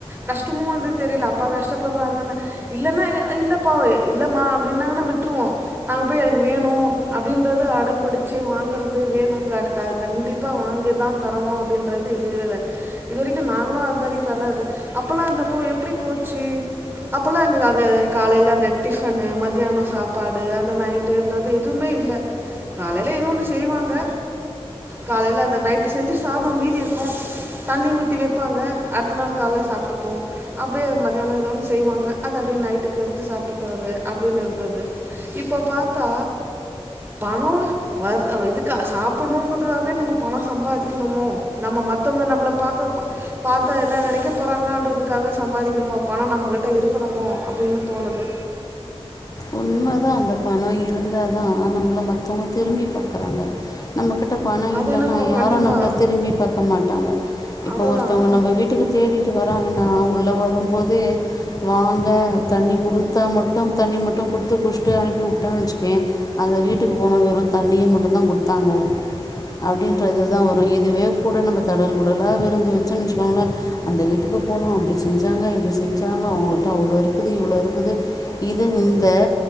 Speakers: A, on the right; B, on the left.
A: கஷ்டமு அது தெரியல அப்பா கஷ்டப்பட்றாங்கன்னு இல்லன்னா இல்லப்பா இல்லமா அப்டின்னாங்கன்னா விட்ருவோ அங்க போய் அதுக்கு வேணு அப்டின்றது அடம்புடிச்சு வாங்கறது வேணுங்க அது கண்டிப்பா இப்பா வாங்கி தா தரணு அப்டின்றது இதுவேல்ல இது வரக்கி நாங்களு அந் மாரி பண்ணதில்ல அப்பல்லா ர்ந்தப்போ எப்டி போச்சு அப்பல்லா எனக்கு அந்த காலையில அந்த டிபன்னு மத்தியானொ சாப்பாடு அந்த நைட் ன்றது எதுவுமே இல்ல காலயில ஏதோ ஒண்ணு செய்வாங்க காலயில அந்த நைட் விட்டு செஞ்ச சாதொ மீதி இருக்கு தண்ணி ஊத்தி வெப்பாங்க அடுத்த நாள் காலல சாப்ட்டுப்போ அப்டியே மத்தியானோ ஏதோ ஒன்னு செய்வாங்க அது அப்டியே நைட்டுக்கு எடுத்து சாப்ட்டுக்குறது அப்டின்னு இருந்தது இப்போ பாத்தா பணோ வர் இதுக்க சாப்பிட்ணுங்குறதுக்காகவே நம்ம பணோ சம்பாதிக்கணுமோ நம்ம மத்தவங்க நம்மள பாக்க பாத்தா என்ன நெனக்க போறாங்கன்றதுக்காக சம்பாதிக்கணுமோ பணோ நம்ம கிட்ட இருக்கணுமோ அப்டின்னு தோணுது
B: உண்மதா அந்த பணொ இருந்தா தா நம்மள மத்தவங்க திரும்பி பாக்குறாங்க நம்ம கிட்ட பணொ
A: அது
B: இல்லன்னா
A: என்னமோ
B: யாரு
A: கண்டிப்பாக
B: நம்மள திரும்பி பாக்க மாட்டாங்க இப்போ
A: அதுதான்
B: ஒருத்தவ்ங்க நம்ம வீட்டு வீட்டுக்கு தேடிட்டு வராங்கன்னா உள்ளே வரும்போதே வாங்க தண்ணி குடுத்தா மட்டு தண்ணி மட்டு குடுத்து குச்சிட்டு அனுப்பி விட்டானு வச்சுக்கொயெ அந்த வீட்டுக்கு போனோ வெறு தண்ணிய மட்டு தா கொடுத்தாங்க அப்டின்றதுதா வரு இதுவே நம்ம தடல் புடலா விருந்து வச்சோன் வச்சுக்கோங்ளே அந்த வீட்டுக்கு போனோ அப்டி செஞ்சாங்க இப்டி செஞ்சாங்க அவங்ககிட்ட அவ்ளோர்க்குது இவ்ளோர்க்குது இது இந்த